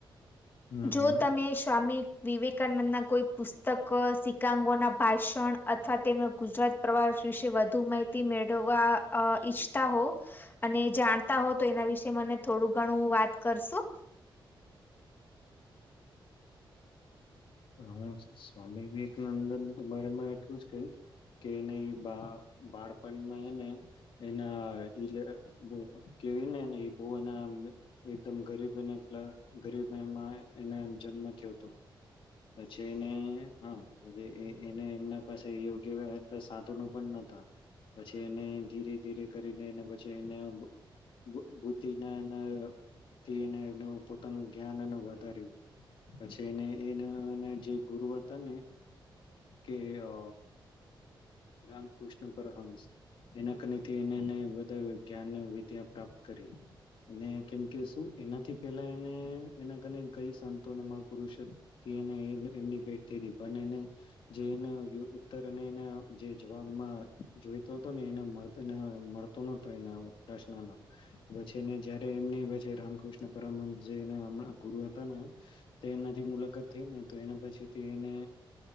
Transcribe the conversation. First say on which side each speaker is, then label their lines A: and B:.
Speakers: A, on the left; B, on the left.
A: હમ
B: જો
A: હમ
B: તમે સ્વામી વિવેકાનંદ ના કોઈ પુસ્તક સિકાંગો ના ભાષણ અથવા તેમના ગુજરાત પ્રવાસ વિશે વધુ માહિતી મેળવવા ઈચ્છતા હો અને જાણતા હો તો એના વિશે મને થોડું ઘણું વાત કરશો
A: હું સ્વામી વિવેકાનંદન બરા માં એટલું જ કહીશ કે એને એ બા બાળપણમાં એને એના ઇટલે કેયુ નેને બો એના એકદમ ગરીબ ગરીબ એમાં એનો જન્મ થયો હતો પછી એન હા પલે એને એમના પાસે યોગ્ય સાધનો પણ નોતા પછી એને ધીરે ધીરે કરીને અને પછી એને બુ બુદ્ધિના એથી એને એનું પોતાનું જ્ઞાન એ વધાર્યું પછી એને એને અને જે ગુરુ હતા ને કે અ રામકૃષ્ણ પરહંસ એના કનેથી એને એને બધો જ્ઞાન ને વિદ્યા પ્રાપ્ત કરી અને કેમકે શુ એનાથી એને પેલા એને એનાને કઈ સંતોને મહા પુરુષોથી એમની ભેટ થઈલી પણ એને જે એના ઉત્તર અને એના જે જવાબમાં જોઈતો હતો ને એને મળતો નતો એના પ્રશ્નનો તો પછી એ જયારે એમની પછી રામકૃષ્ણ પરમહંસ જે અમે ના ગુરુ હતા નેતેનાથી મુલાકાત થઈ ને તો એના પછી એને